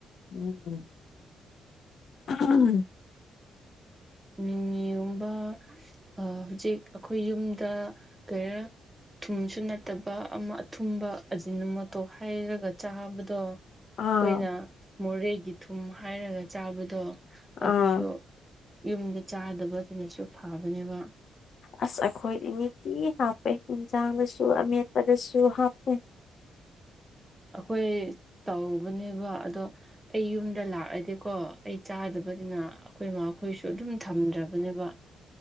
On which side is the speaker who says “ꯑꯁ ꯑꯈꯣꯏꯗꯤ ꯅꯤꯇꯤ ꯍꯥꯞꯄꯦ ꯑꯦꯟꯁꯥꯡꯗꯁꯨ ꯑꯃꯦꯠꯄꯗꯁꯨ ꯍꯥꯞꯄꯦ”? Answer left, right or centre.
Left